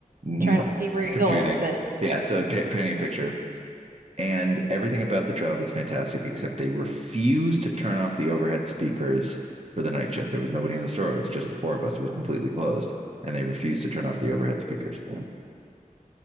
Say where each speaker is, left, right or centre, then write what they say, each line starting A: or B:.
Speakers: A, on the right; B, on the right.
A: mhm,
B: trying to see where you're
A: computing.
B: going with this.
A: Yeah, so pa painting a picture. And everything about the job was fantastic, except they refused to turn off the overhead speakers for the night shift. There was nobody in the store. It was just the four of us. It was completely closed. And they refused to turn off the overhead speakers.